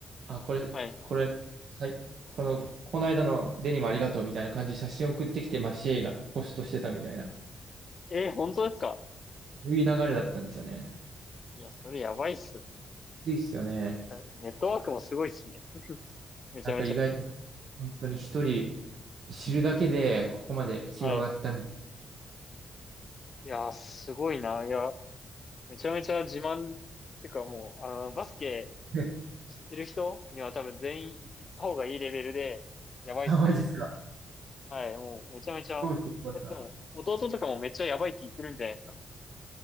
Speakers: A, on the right (about 60°); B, on the left (about 35°).
A: あ、これ、
B: はい。
A: これ、さい、この、この間のデニムありがとうみたいな感じで写真送ってきて、まあ、シェイがポストしてたみたいな、
B: えー、本当ですか
A: そういう流れだったんですよね。
B: いや、それやばいっすね。
A: ついっすよね。
B: ネッねトワークもすごいっすね。めちゃめちゃ。
A: なんか意外と、本当に一人知るだけで、ここまで広がったみた
B: はい。いやー、すごいな。いや、めちゃめちゃ自慢、ってかもう、あの、バスケ
A: いな。
B: 知ってる人には多分全員行った方がいいレベルで、やばいっすよ。
A: <laughs> あ、マジっすか。
B: はい、もうめちゃめちゃ。
A: そうっす、これさ。
B: え、でも、弟とかもめっちゃやばいって言ってるんじゃないですか。